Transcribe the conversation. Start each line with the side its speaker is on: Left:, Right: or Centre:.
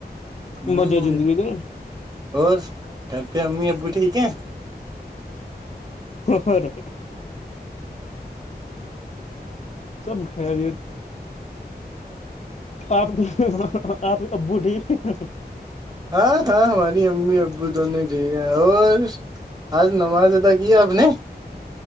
Right: ਹੂੰ,
Left: ਮਜ਼ੇ ਜ਼ਿੰਦਗੀ ਦੇ
Right: ਹੋਰ ਘਰ ਪੇ ਅੰਮੀ ਅੱਬੂ ਠੀਕ ਹੈ।
Left: ਹੋਰ ਸਭ ਖੈਰੀਅਤ ਆਪ ਕੇ ਆਪ ਅੱਬੂ ਠੀਕ ਹੈ।
Right: ਹਾਂ, ਹਾਂ ਹਮਾਰੀ ਅੰਮੀ ਅੱਬੂ ਦੋਨੋਂ ਹੀ ਠੀਕ ਹੈ। ਹੋਰ, ਅੱਜ ਨਮਾਜ਼ ਅਦਾ ਕੀ ਆਪਨੇ?